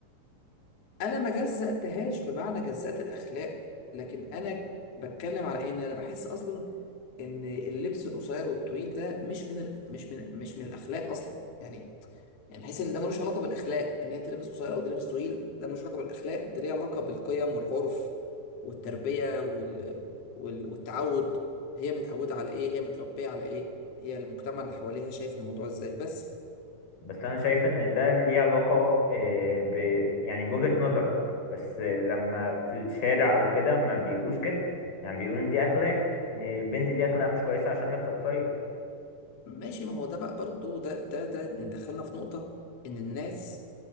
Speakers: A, on the left; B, on the left.
A: انا ما جزأتهاش بمعنى جزأت الاخلاق لكن انا بتكلم على إيه؟ ان انا بحس اصلا ان اللبس القصير والطويل ده مش من ال... مش من مش من الاخلاق اصلا يعني يعني بحس ان ده ملوش علاقه بالاخلاق ان هي تلبس قصير او تلبس طويل ده ملوش علاقه بالاخلاق ده ليه علاقه بالقيم والعرف والتربيه وال... وال... والتعود هي متعوده على ايه هي متربيه على ايه هي المجتمع اللي حواليها شايف الموضوع ازاي بس
B: بس انا شايف ان ده ليه علاقه آه، ب يعني بوجهة نظرك بس لما في الشارع او كده ما بيقولوش كده يعني بيقولوا ان دي اخلاق ان البنت دي اخلاق مش كويسه عشان لابسه قصير
A: ماشي ما هو ده بقى برضو ده ده ده إن دخلنا في نقطه ان الناس